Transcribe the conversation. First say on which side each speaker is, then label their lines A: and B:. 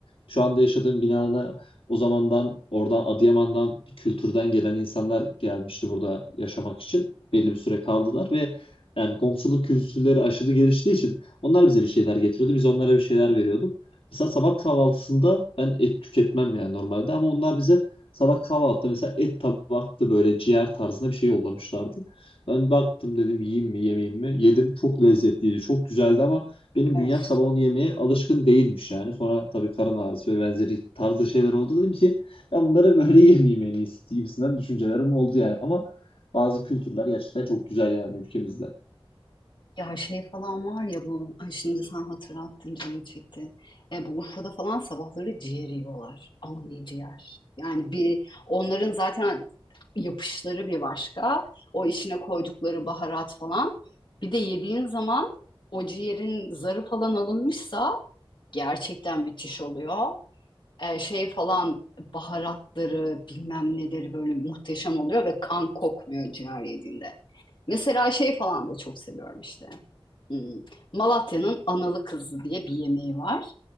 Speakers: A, on the left; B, on the left.
A: şu anda yaşadığım binada o zamandan oradan Adıyaman'dan bir kültürden gelen insanlar gelmişti burada yaşamak için belli bir süre kaldılar ve yani komşuluk kültürleri aşırı geliştiği için onlar bize bir şeyler getiriyordu. Biz onlara bir şeyler veriyorduk. Mesela sabah kahvaltısında ben et tüketmem yani normalde ama onlar bize sabah kahvaltıda mesela et tabaktı böyle ciğer tarzında bir şey yollamışlardı. Ben baktım dedim yiyeyim mi yemeyeyim mi? Yedim çok lezzetliydi çok güzeldi ama benim
B: Of.
A: bünyem sabah onu yemeye alışkın değilmiş yani. Sonra tabii karın ağrısı ve benzeri tarzda şeyler oldu dedim ki ben bunları böyle <laughs> yemeyeyim en iyisi gibisinden düşüncelerim oldu yani. Ama bazı kültürler gerçekten çok güzel yani ülkemizde.
B: Ya şey falan var ya bu, ay şimdi sen hatırlattın canım çekti. E, bu Urfa'da falan sabahları ciğer yiyorlar. Ama ne ciğer? Yani bir onların zaten yapışları bir başka. O işine koydukları baharat falan. Bir de yediğin zaman o ciğerin zarı falan alınmışsa gerçekten müthiş oluyor. E, şey falan baharatları bilmem neleri böyle muhteşem oluyor ve kan kokmuyor ciğer yediğinde. Mesela şey falan da çok seviyorum işte. Hmm, Malatya'nın analı kızı diye bir yemeği var.